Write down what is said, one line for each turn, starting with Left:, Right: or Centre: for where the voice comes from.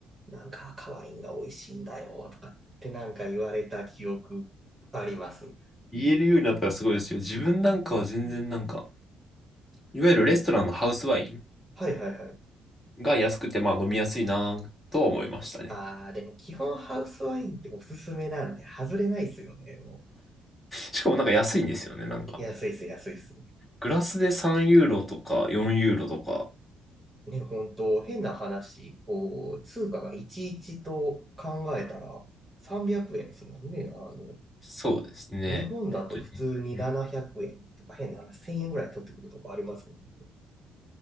Right: なんか赤ワインが美味しいんだよとかってなんか言われた記憶あります。
Left: 言えるようになったらすごいですよ。自分なんかは全然なんか、いわゆるレストランのハウスワイン
Right: はいはいはい。
Left: が安くてまあ飲みやすいなとは思いましたね。
Right: ああ、でも基本ハウスワインっておすすめなんで、外れないですよね、も
Left: しかもなんか安いんですよね。なんか、
Right: う。安いっす、安いっす。
Left: グラスで3ユーロとか4ユーロとか、
Right: ね、本当変な話、こう、通貨がいちいちと考えたら300円ですもんね。あの、
Left: そうですね。
Right: 日本だと普通に700円とか変な話、
Left: 本当に。うん
Right: 1000円ぐらい取ってくるとこありますもんね。